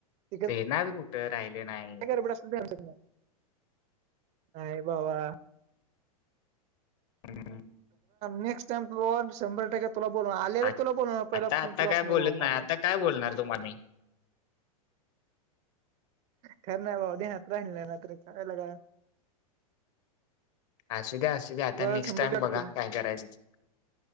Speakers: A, on the right (about 35°); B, on the left (about 55°).
A: <unintelligible>
B: येणार कुठं राहिले नाही.
A: घालतो का नाय, काय भावा?
B: हम हम
A: नेक्स्ट टाइम त शंभर टक्के तुला बोलून आलेला
B: आ
A: तुला बोलवणार पहिला
B: आता
A: फोन
B: आता
A: तुला
B: काय
A: असणार
B: बोलत
A: भावा
B: नाही
A: माझा.
B: आता काय बोलणार तुम्हा मी?
A: काय नाही बाबा, ध्यानात राहिल नाही रात्री काय लगा?
B: असू द्या असू द्या,
A: तुला
B: आता नेक्स्ट
A: शंभर
B: टाईम
A: टक्के
B: बघा
A: करून
B: काय करायच ते?